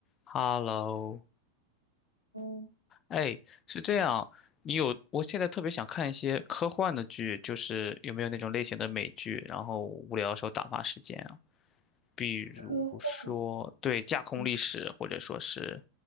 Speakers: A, on the left; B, on the right.
A: Hello，
B: 哦，
A: 哎，是这样，你有，我现在特别想看一些科幻的剧，就是有没有那种类型的美剧，然后无聊的时候打发时间啊，比如说，
B: 科幻，
A: 对，架空历史，
B: 嗯，
A: 或者说是